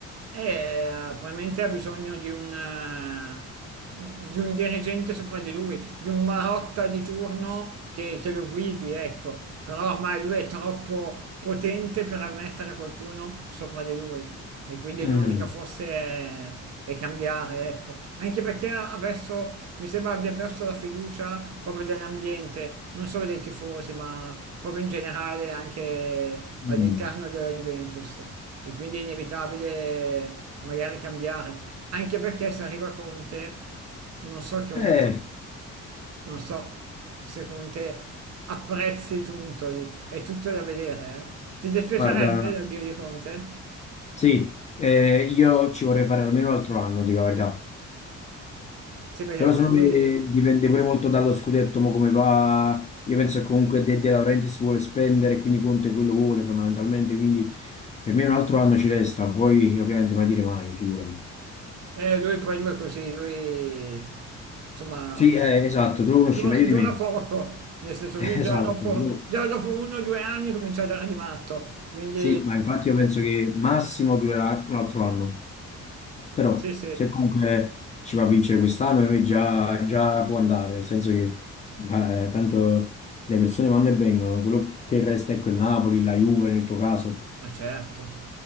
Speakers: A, on the right; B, on the left.
A: Eh, probabilmente ha bisogno di un, eh, di un dirigente sopra di lui, di un Marotta di turno che, che lo guidi, ecco. Però ormai lui è troppo potente per ammettere qualcuno sopra di lui. E quindi
B: Mm,
A: l'unica forse è e cambiare, ecco. Anche perché adesso mi sembra abbia perso la fiducia proprio dell'ambiente, non solo dei tifosi, ma proprio in generale anche
B: mm.
A: all'interno della Juventus. E quindi è inevitabile magari cambiare. Anche perché se arriva Conte, non so che
B: Eh,
A: Conte, non so se Conte apprezzi Giuntoli, è tutto da vedere, eh. Ti dispiacerebbe
B: guarda,
A: l'addio di Conte?
B: sì, eh, io ci vorrei fare almeno un altro anno, dico la verità.
A: Sì, perché
B: Però
A: con
B: secondo
A: lui...
B: me dipende pure molto dallo scudetto, mo come va. Io penso che comunque De, De Laurentiis vuole spendere, quindi Conte quello vuole fondamentalmente, quindi per me un altro anno ci resta, poi ovviamente mai dire mai, figurati.
A: Eh, lui poi lui è così, lui insomma
B: Sì, eh, esatto,
A: eh,
B: tu lo conosci
A: dura,
B: meglio
A: dura
B: di me.
A: poco, nel senso
B: <laughs>
A: lui già
B: Esatto,
A: dopo,
B: tu-
A: già dopo uno o due anni comincia a dare di matto, quindi
B: sì, ma infatti io penso che massimo durerà un altro anno. Però
A: sì sì,
B: se comunque ci va a vincere quest'anno, lui già, già può andare, nel senso che eh, tanto le persone vanno e vengono, quello che resta è quel Napoli, la Juve nel tuo caso.
A: ma certo,